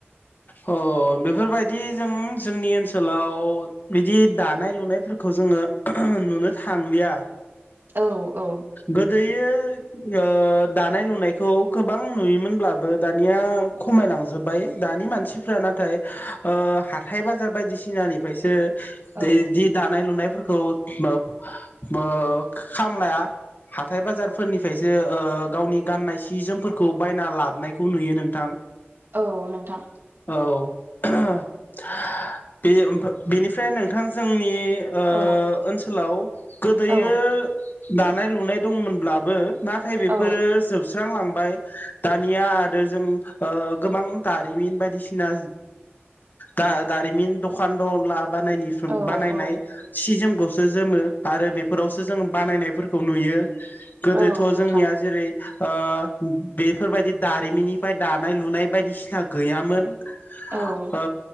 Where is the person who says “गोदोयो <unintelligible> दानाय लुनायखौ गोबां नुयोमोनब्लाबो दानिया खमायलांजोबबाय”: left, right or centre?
Left